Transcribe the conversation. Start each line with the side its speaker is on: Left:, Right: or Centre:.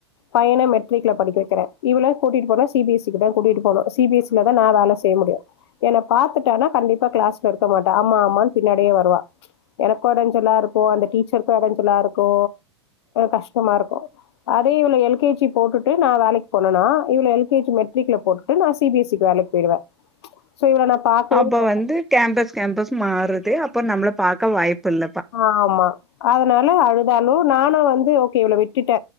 Left: பையன மெட்ரிக்ல படிக்க வெக்கறே இவள கூட்டிட்டுபோனா சி பி எஸ் ஈ குதா கூட்டிட்டு போகனு சி பி எஸ் ஈ லதா நா வேல செய் முடியாது என்ன பாத்துட்டானா கண்டிப்பா கிளாஸ்ல இருக்க மாட்டா அம்மா அம்மானு பின்னாடியே வருவா எனக்கு எடஞ்செலா இருக் கு அந்த டீச்சருக்கு எடைஞ்சலா இருக்கு கஷ்டமா இருக்கு அதே இவள எல் கே ஜி போட்டுட் டு நா வேலைக்கு போனனா இவள எல் கே ஜி மெட்ரிக்ல போட்டுட்டு நா சி பி எஸ் ஈ கு வேலைக்கு போயிருவ சோ இவள நா பாக்கவே
Centre: அப்ப
Left: மாட்ட
Centre: வந்து கேம்பஸ் கேம்பஸ் மாறுது அப்ப நம்மள பாக்க வாய்ப்பில்
Left: ஆமா அதனால அழுதாலு நானு வந்து ஓகே இவள விட்டுட்ட